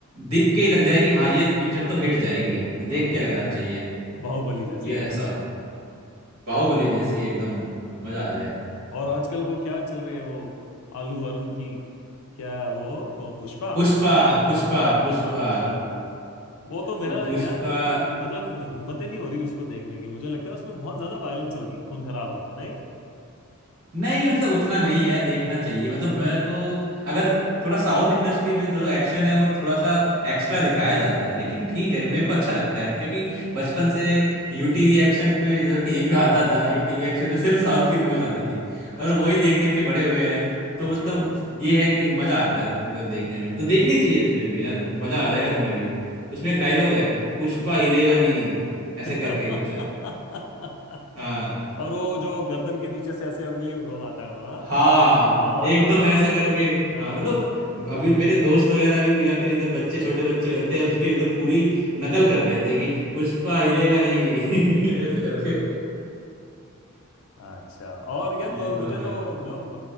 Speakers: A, on the right; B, on the left.
A: दिख के ही लग जाए कि हाँ ये पिक्चर तो हिट जाएगी देख
B: हाँ
A: के लगना चाहिए
B: बाहुबली जैसी
A: ये ऐसा हो बाहुबली जैसी एकदम
B: हम्म
A: मजा आ जाए
B: और आजकल वो क्या चल रही है वो आलू अरुण की क्या वो पुष्पा
A: पुष्पा पुष्पा
B: पुष्पा
A: पुष्पा
B: वन और पुष्पा टू वो तो मेरा
A: पु- पुष्पा
B: यार अभी मतलब हिम्मत ही नहीं हो रही उसको देखने की मुझे लगता है उसमें बहुत ज्यादा वायलेंस होगी खून खराबा नहीं
A: नहीं मतलब उतना नहीं है देखना चाहिए मतलब मेरे को अगर थोड़ा साउथ इंडस्ट्री में जो एक्शन है वो थोड़ा सा एक्स्ट्रा दिखाया जाता है लेकिन ठीक है मेरे को अच्छा लगता है क्योंकि बचपन से यूटीवी एक्शन पे जो टीवी पे आता था यूटीवी एक्शन पे सिर्फ साउथ की मूवीज आती थी और
B: अच्छा
A: वही देख देख के बड़े हुए हैं तो
B: अच्छा
A: मतलब ये है कि मजा आता है मतलब देखने में तो
B: हम्म
A: देखनी चाहिए तुम्हें भी यार मजा
B: हम्म
A: आ जाएगा तुम्हें भी
B: हम्म
A: उसमें एक डायलॉग है पुष्पा
B: हम्म।
A: हिलेगा नहीं ऐसे
B: <laughs>
A: करके कुछ है हाँ
B: और वो जो गर्दन के नीचे से ऐसे उंगली घुमाता है वो हाँ
A: हाँ
B: वो वाला
A: एकदम ऐसे करके
B: हाँ
A: हाँ मतलब अभी मेरे दोस्त वगैरह भी या फिर इधर बच्चे छोटे बच्चे होते हैं उसकी एकदम पूरी नकल कर रहे थे कि पुष्पा हिलेगा नहीं <laughs> ऐसे करके
B: अच्छा और यार
A: ये
B: म- मुझे
A: तो है
B: तो नो